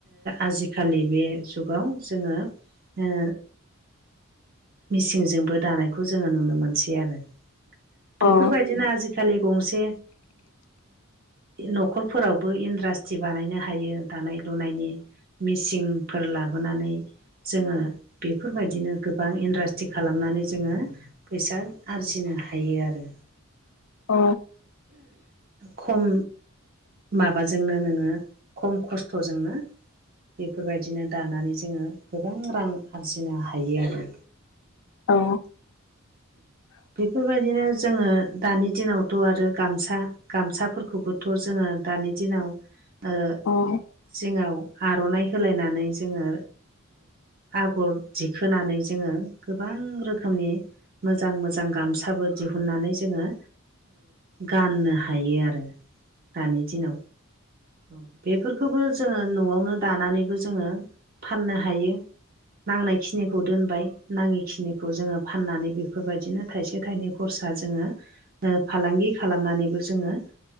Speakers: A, on the right; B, on the left.
A: आजिखालि बे जुगाव जोंङो ओ मेसिंजोंबो दानायखौ जोंङो नुनो मोनसै आरो। बेफोरबायदिनो
B: औ
A: आजिखालि गंसे न'खर फोरावबो इन्डासट्रि बानायनो हायो दानाय लुनायनि मेसिंफोर लाबोनानै जोंङो बेफोरबायदिनो गोबां इन्डास्ट्रि खालामनानै जोंङो फैसा आरजिनो हायो आरो।
B: अ
A: खम माबाजोंनो नोंङो खम खस्थ'जोंनो बेफोरबायदिनो दानानै जोंङो गोबां रां आरजिनो हायो आरो।
B: औ
A: बेफोरबायदिनो जोंङो दानि दिनावथ' आरो गामसा गामसाफोरखौबोथ' जोंङो दानि दिनाव ओ
B: औ
A: जिङाव आर'नाइ होलायनानै जोंङो आगर दिखोनानै जोङो गोबां रोखोमनि मोजां मोजां गामसाबो दिहुननानै जोङो गाननो हायो आरो दानि दिनाव। औ बेफोरखौबो जोङो न'आवनो दानानैबो जोङो फाननो हायो। नांनायखिनिखौ दोनबाय नाङिखिनिखौ जोङो फाननानै बेफोरबायदिनो थाइसे थाइनै खरसा जोङो फालांगि खालामनानैबो जोङो